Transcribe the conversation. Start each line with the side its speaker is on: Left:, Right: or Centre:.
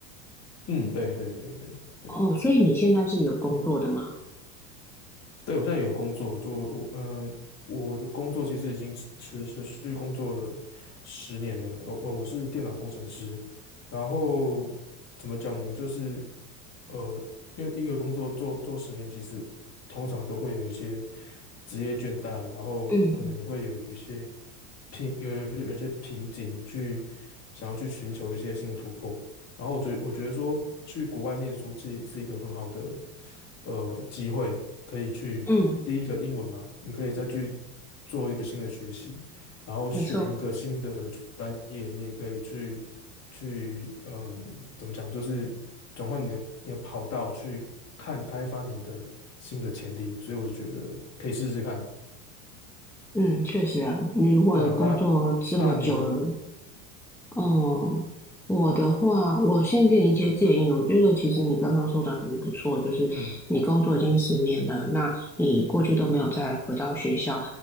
Left: 嗯，对对对对对，
Centre: 哦，所以你现在是有工作的吗？
Left: 对，我现在有工作，就我嗯、呃我的工作其实已经持持持续工作了十年了。我，我我是电脑工程师，然后怎么讲呢？就是呃，因为一个工作做做十年，其实通常都会有一些职业倦怠，然后可能也会有一些
Centre: 嗯
Left: 瓶有有一些瓶颈去想要去寻求一些新的突破。然后我觉我觉得说去国外念书是是一个很好的呃机会，可以去第一个英文嘛，
Centre: 嗯，
Left: 你可以再去做一个新的学习，然后选一个新的专业，
Centre: 没错，
Left: 你也可以去去嗯怎么讲，就是转换你的你的跑道去看开发你的新的潜力，所以我就觉得可以试试看，
Centre: 嗯，确实啊，你如果工作这么久了，
Left: 对啊，那那你呢？
Centre: 哦，我的话，我先给你一些建议。我觉得其实你刚刚说的很不错，就是你工作已经十年了，
Left: 嗯
Centre: 那你过去都没有再回到学校，